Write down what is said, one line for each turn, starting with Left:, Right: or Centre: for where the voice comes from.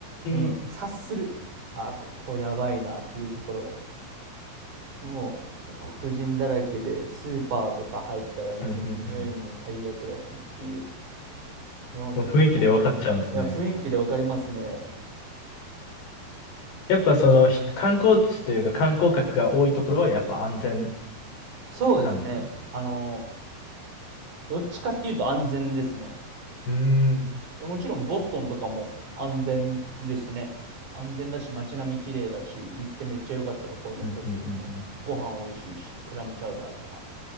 Right: うん、
Left: え <laughs>
Right: 察する。あ、ここやばいなっていうところ。もう黒人だらけで、スーパーとか入ったらなんか匂いも最悪だしっていう
Left: うんうんうん
Right: のは結構、
Left: もう雰囲気で分かっちゃうんですね。
Right: いや、雰囲気でわかりますね。
Left: やっぱそのひ観光地というか観光客が多いところはやっぱ安全
Right: そうですね。
Left: なんですかう
Right: あの、どっちかっていうと安全ですね。
Left: ーん。
Right: もちろんボストンとかも安全ですね。安全だし、街並み綺麗だし、行ってめっちゃ良かったところの一つですね。
Left: うんうんうんうん
Right: ご飯美味しいし、クラムチャウダーとか。